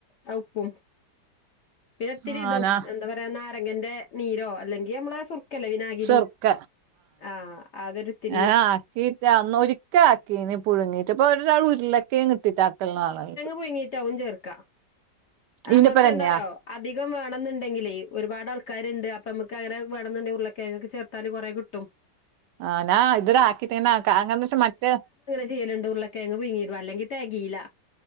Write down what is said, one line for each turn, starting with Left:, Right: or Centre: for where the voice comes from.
Left: ആ ഉപ്പും പിന്നെ തിരി
Right: ആഹ്
Left: തും
Right: നാ
Left: എന്ത പറ ദേ നാരങ്ങന്റെ നീരോ അല്ലെങ്കിൽ നമ്മളെ സുർക്കല്ലെ വിനാഗിരി
Right: ചെറുക്ക
Left: ആഹ്. അതെരു ത്തി
Right: ഞ ആക്കിട്ട് അന്ന് ഒരിക്ക ആക്കീന് പുഴുങ്ങീട്ട് ഇപ്പൊ ഒരാൾ ഉരുലൊക്കെയും കിട്ടിയിട്ട് ആക്കലാന്ന് <unintelligible>
Left: പുയ്ങ്ങീട്ടാകും ചേർക്ക നമ്മൾക്ക്
Right: ഈന്റെപ്പരം തന്നെയാ
Left: എന്താറോ. അധികം വേണന്നുണ്ടെങ്കിലേ ഒരുപാട് ആൾക്കാര്ണ്ട് അപ്പൊ നമുക്ക് അങ്ങനെ വേണെന്നുണ്ടെങ്കിലേക്കെ ഉരുളകിഴങ്ങ് ചേർത്താല് കെറേകിട്ടും.
Right: ആഹ് ഞാ ഇതുരെ ആക്കിട്ടന്നെ ആക്ക അങ്ങനന്താച്ച മറ്റേ
Left: കറീലുണ്ട് ഉര്ളക്കിഴങ്ങ് പിയ്ങ്ങിടും അല്ലെങ്കി തെകീല്ല.